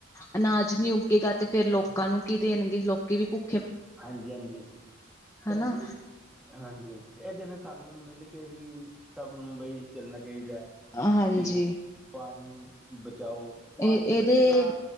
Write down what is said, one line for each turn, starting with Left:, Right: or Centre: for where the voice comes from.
Left: ਅਨਾਜ ਨੀ ਉੱਗੇਗਾ ਤੇ ਫੇਰ ਲੋਕਾਂ ਨੂੰ ਕੀ ਦੇਣਗੇ ਲੋਕੀ ਵੀ ਭੁ
Centre: ਹਾਂਜੀ- ਹਾਂਜੀ ਭੈਜੀ।
Left: ਹਨਾ
Centre: ਹਾਂਜੀ, ਇਹ ਤੇ ਫਿਰ ਸਾਨੂੰ ਮਿਲ ਕੇ ਹੀ ਸਭ ਨੂੰ ਬਈ ਚੱਲਣਾ ਚਾਹੀਦਾ ਹੈ,
Left: ਹਾਂਜੀ
Centre: ਕਿ ਪਾਣੀ ਬਚਾਓ, ਪਾਣੀ
Left: ਇਹ ਇਹਦੇ
Centre: ਬਚੇਗਾ,